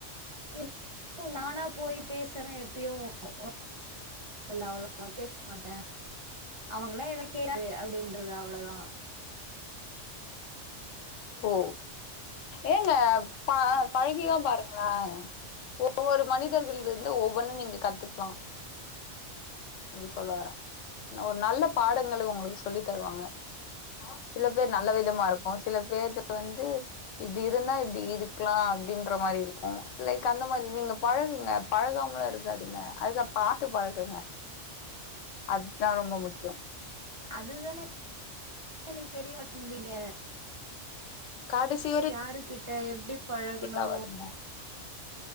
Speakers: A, on the right; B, on the left.
A: இப் நானா போய் பேசுறே எப்பயும் இல்ல அவ்ளோலா பேசமாட்டே அவங்கல்லா ஏதா கேட்டு அப்டின்றுவே அவ்ளோதா
B: ஓ ஏங்க ப பழகிதா பாருங்களே ஒவ்வொரு மனிதர்கள் இருந்து ஒவ்வொன்னு நீங்க கத்துக்கலா அப்டி சொல்லவாரே ஒரு நல்ல பாடங்களை உங்களுக்கு சொல்லி தருவாங்க சில பேர்
A: ம்.
B: நல்ல விதமா இருக்கு சில பேர்து வந்து இப்டி இருந்தா இப்டி இருக்கலா அப்டின்ற மாரி இருக்கு லைக் அந்த மாதிரி நீங்க பழகுங்க பழகாமலா இருக்காதீங்க அதுதா பாத்து பழக்குங்க அத்தா ரொம்ப முக்கியோ
A: அதுதானே எனக்கு தெரிய மாட்டுந்தீங்க
B: காடெசிய
A: யாரு கிட்ட எப்டி பழகணு
B: ஆவாதுங்க